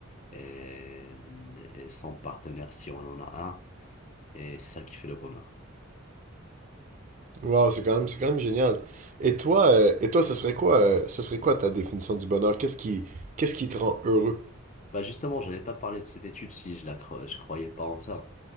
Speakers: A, on the left; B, on the right.
A: et, le- son partenaire si on en a un. Et c'est ça qui fait le bonheur.
B: Wow, c'est quand même, c'est quand même génial. Et toi, euh, et toi, ce serait quoi, euh, ce serait quoi ta définition du bonheur? Qu'est-ce qui, qu'est-ce qui te rend heureux?
A: Bah justement, je n'avais pas parlé de cette étude si je la cro- je croyais pas en ça.